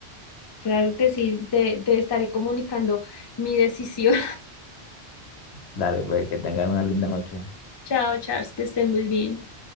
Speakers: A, on the left; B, on the left.
A: claro que sí, te, te estaré comunicando mi decisión.
B: dale, pues, que tengan una linda noche.
A: <laughs> Chao, Charles, que estén muy bien.